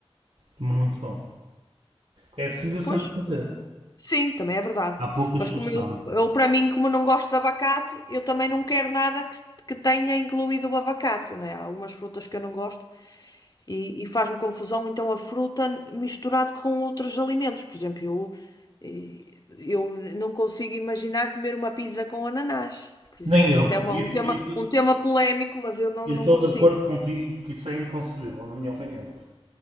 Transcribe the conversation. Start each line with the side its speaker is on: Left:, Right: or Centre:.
Right: Muito bom. É preciso saber
Left: Pois,
Right: fazer.
Left: sim, também é verdade.
Right: Há poucas
Left: Mas
Right: pessoas
Left: como
Right: que
Left: eu,
Right: sabem.
Left: eu para mim, como não gosto de abacate, eu também não quero nada que, que tenha incluído o abacate, né? Há algumas frutas que eu não gosto. E, e faz-me confusão então a fruta misturado com outros alimentos. Por exemplo, eu, eh, eu não consigo imaginar comer uma pizza com ananás. Por
Right: Nem
Left: exemplo,
Right: eu.
Left: esse é uma-
Right: Isso,
Left: um tema,
Right: isso,
Left: um tema polémico, mas eu não,
Right: eu
Left: não
Right: estou
Left: consigo.
Right: de acordo contigo porque isso é inconcebível, na minha opinião.